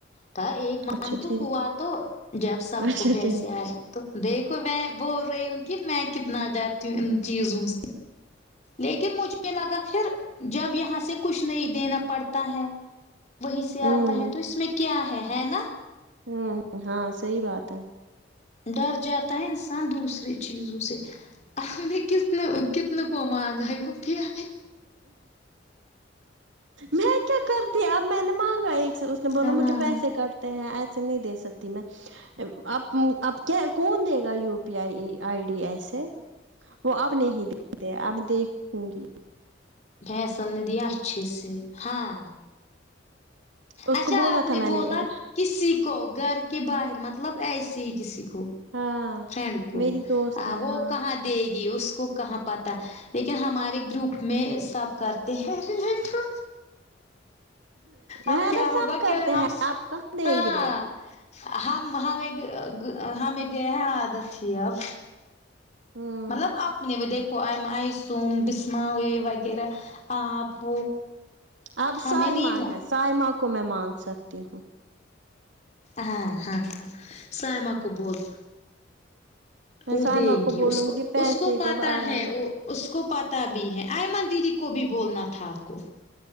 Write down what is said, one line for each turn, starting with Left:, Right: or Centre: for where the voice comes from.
Left: تھا ایک منتھ
Right: اچھا ٹھیک
Left: ہوا تو جب سب
Right: اچھا
Left: کو پیسے
Right: ٹھیک
Left: آئے تو دیکھو میں بول رہی ہوں کہ میں کتنا جانتی ہوں ان چیزوں سے لیکن مجھے لگا پھر جب یہاں سے کچھ نہیں دینا پڑتا ہے وہیں سے
Right: ہوں
Left: آتا ہے تو اس میں کیا ہے ہے نا
Right: ہمم ہاں صحیح بات ہے
Left: ڈر جاتا ہے انسان دوسرے چیزوں سے آپ نے کتنے کتنے کو مانگا یو پی آئ
Right: میں کیا کرتی اب میں نے مانگا ایک سے اس نے بولا
Left: سالا
Right: مجھے پیسے کٹ تے ہیں ایسے نہیں دے سکتی میں آپ آپ کیا کون دے گا U P I I D ایسے وہ اب نہیں دیکھتے اب دیکھوں گی
Left: فیصل نے دیا اچھے سے ہاں
Right: اس
Left: اچھا
Right: کو بولا
Left: آپ نے
Right: تھا میں
Left: بولا
Right: ابر
Left: کسی کو گھر کے باہر مطلب ایسے ہی کسی کو
Right: ہاں
Left: فرینڈ کو
Right: میری دوست
Left: آ
Right: ہے
Left: وہ
Right: ہاں
Left: کہاں دے گی اس کو کہاں پتا لیکن ہمارے گروپ میں سب کرتے ہیں <unintelligible> اب
Right: ہے
Left: کیا
Right: نا
Left: ہوگا
Right: سب کرتے
Left: کہ ہم
Right: ہیں آپ کہاں دیں
Left: ہاں
Right: گے وہ
Left: ہمیں ہمیں ہمیں یہ عادت تھی اب
Right: ہمم
Left: مطلب اپنے دیکھو ایم آئیسوم بسما وہ یہ وغیرہ آپ
Right: اب
Left: ہمیں
Right: سائمہ
Left: نہیں لا
Right: ہے سائمہ کو میں مانگ سکتی ہوں
Left: ہاں ہاں ہاں سائمہ کو بول
Right: میں
Left: وہ
Right: سائمہ
Left: دیں گی
Right: بولوں
Left: اس کو
Right: پیسے
Left: اس کو پتا
Right: جب آئیں
Left: ہے
Right: گے
Left: وہ اس کو پتہ بھی ہے ایئمن دیدی کو بھی بولنا تھا آپ کو